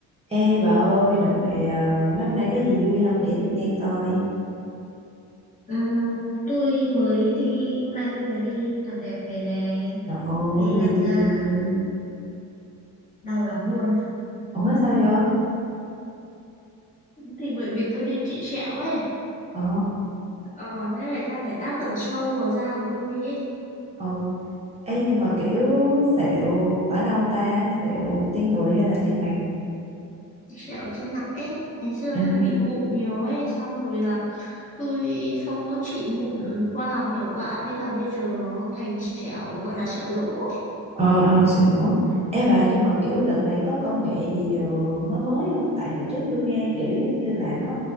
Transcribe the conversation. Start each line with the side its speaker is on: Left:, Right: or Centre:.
Right: Ê bà ơi, đợt này à, mấy hôm nay có gì vui không kể tôi nghe coi.
Left: Ừ, tôi mới đi hôm nay tôi mới đi làm đẹp về nè
Right: Trời ơi,
Left: tôi đi làm
Right: ghê chưa
Left: da
Right: ghê chưa.
Left: đau lắm luôn á.
Right: Ủa sao vậy?
Left: thì bởi vì tôi đi trị sẹo ấy
Right: Ồ,
Left: ờ nên người ta phải tác động sâu vào da của tôi ấy
Right: ồ. Ê nhưng mà kiểu
Left: ừ.
Right: sẹo ở đâu ta? Sẹo trên người hay là trên mặt?
Left: sẹo trên mặt ấy ngày xưa
Right: À,
Left: tôi bị mụn nhiều ấy xong rồi là tôi không có trị mụn khoa học hiệu quả thế là bây giờ nó thành sẹo gọi là sẹo rỗ
Right: ờ ờ sẹo. Ê bà nhưng mà kiểu
Left: ờ,
Right: đợt này có công nghệ gì ờ, mới mới không? Tại hồi trước tôi nghe kiểu giống như là nó